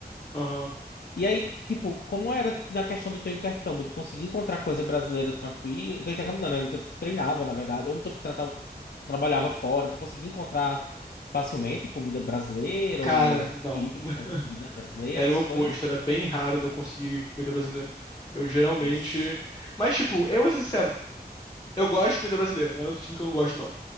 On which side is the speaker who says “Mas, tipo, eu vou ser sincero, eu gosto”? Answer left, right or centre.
Left